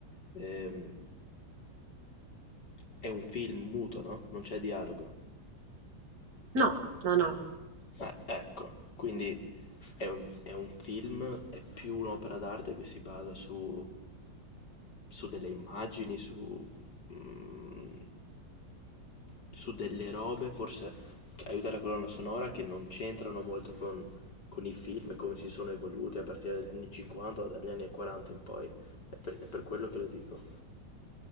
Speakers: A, on the left (about 60°); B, on the right (about 50°).
A: ehm, è un film muto, no? Non c'è dialogo.
B: No, no, no.
A: Eh, ecco, quindi è un, è un film, è più un'opera d'arte che si basa su, su delle immagini, su, mm, su delle robe, forse che aiuta la colonna sonora, che non c'entrano molto con, con i film e come si sono evoluti a partire dagli anni 50 o dagli anni 40 in poi. È per, è per quello che lo dico.